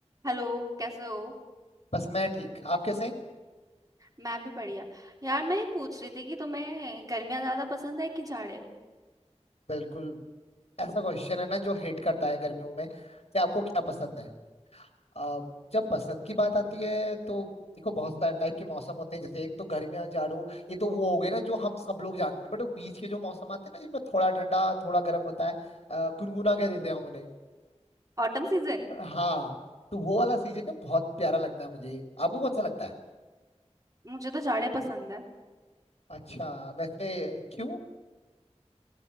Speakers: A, on the right; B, on the left.
A: Hello कैसे हो
B: बस मैं ठीक आप कैसे
A: मैं भी बढ़िया यार मैं ये पूछ रही थी कि तुम्हें गर्मियाँ ज्यादा पसंद है कि जाड़े
B: बिल्कुल ऐसा क्वेश्चन है ना जो हेट करता है गर्मियों में कि आपको क्या पसंद है आ, जब पसंद की बात आती है तो देखो बहुत सारे टाइप के मौसम होते हैं जैसे एक तो गर्मियां जाड़ों ये तो वो हो गए ना जो हम सब लोग जानते हैं बट वो बीच के जो मौसम आते हैं ना जिनमें थोड़ा ठंडा थोड़ा गर्म होता है आ, गुनगुना कह देते हैं हम उन्हें
A: Autumn season
B: हाँ तो वो वाला सीजन ना बहुत प्यारा लगता है मुझे आपको कौन सा लगता है
A: मुझे तो जाड़े पसंद है
B: अच्छा वैसे क्यों